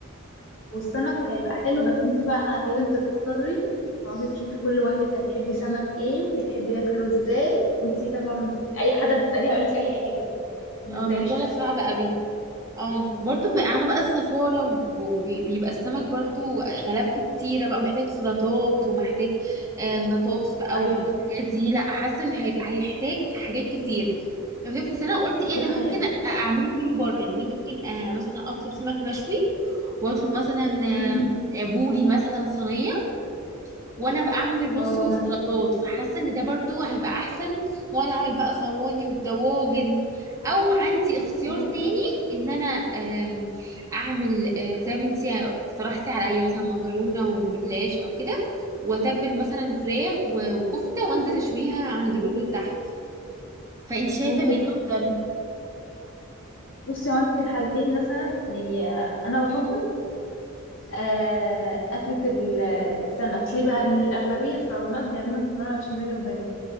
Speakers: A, on the left; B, on the right.
A: والسمك هيبقى حلو بس انت بقى هت- لازم تضطري تقعدي تشوفي كل واحد هتحبي سمك ايه وبيحب ياكله ازاي وانت طبعا اي حد هتساليه هيقول لك اي حاجه ما
B: اه
A: تتعبيش
B: الموضوع ده
A: نفسك
B: صعب قوي اه برضه بقى- عارفه بقى الزفاره وبيبقى السمك برضه غلبته كتيره بقى محتاج سلطات ومحتاج آم، بطاطس بقى
A: ايوه
B: والحاجات دي لا حاسه ان هيبقى هيحتاج حاجات كتير فهمت بس انا قلت ايه
A: دي
B: انا
A: حقيقة
B: ممكن أ- اعمله كله بره يعني أنا ممكن آه، مثلا اطلب سمك مشوي واطلب مثلا آم،
A: مم.
B: آه، بوري مثلا صينيه وانا بقى اعمل الرز
A: اه
B: والسلطات
A: مثلا
B: فحاسه ان ده برضو هيبقى احسن واقعد اعمل بقى صواني ودواجن او عندي اختيار
A: عندك
B: تاني
A: حق.
B: ان انا آم، اعمل آم، زي ما انتي اقترحتي عليا مثلا مكرونه وجلاش او كده واتبل مثلا فراخ و- وكفته وانزل اشويها عند الراجل تحت فانت شايفه
A: ممكن
B: مين
A: فعلا
B: افضل
A: تعمل كده بصي هو انت في الحالتين مثلا يعني آه، انا بفضل آه، اكلة ال- السمك ليه بقى لأن الاغلبية في العزومات بيعملوا مكرونة بشاميل وبانيه